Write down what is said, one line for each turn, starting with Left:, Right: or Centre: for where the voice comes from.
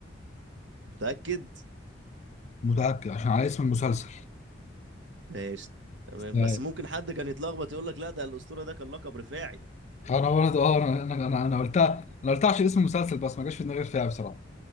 Right: متاكد
Left: متأكد عشان على اسم المسلسل
Right: ماشي تمام
Left: لا.
Right: بس ممكن حد كان يتلخبط يقول لك لا ده الاسطوره ده كان لقب رفاعي
Left: انا برضو اه انا انا انا أنا قلتها انا قلتها عشان اسم المسلسل بس ما جاش في دماغي غير فيها بصراحة